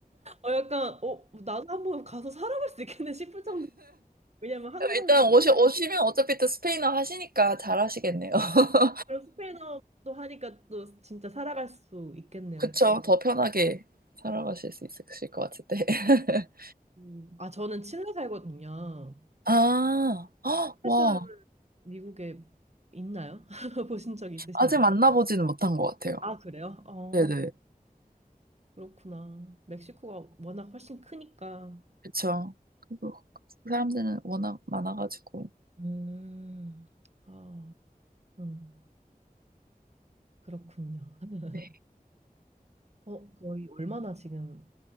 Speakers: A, on the right; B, on the right.
A: 어, 약간, 어, 나도 한번 가서 살아갈 수 있겠네 싶을 정도. 왜냐면 한국어할
B: 일단
A: 수 있지.
B: 오시, 오시면 어차피 또 스페인어 하시니까 잘 하시겠네요. <laughs>
A: 그럼 스페인어도 하니까 또 진짜 살아갈 수 있겠네요.
B: 그쵸? 더 편하게 살아가실 수 있으실 것 같은데. <laughs>
A: 음. 아, 저는 칠레 살거든요.
B: 아, 헉,
A: 칠레
B: 와.
A: 사람 미국에 있나요? <laughs> 보신 적 있으신가요?
B: 아직 만나보지는 못한 것 같아요.
A: 아, 그래요? 어,
B: 네네.
A: 그렇구나. 멕시코가 워낙 훨씬 크니까.
B: 그쵸. 그리고 사람들은 워낙 많아가지고.
A: 음, 아, 음, 그렇군요. <laughs>
B: 네.
A: 어, 거의 얼마나 지금,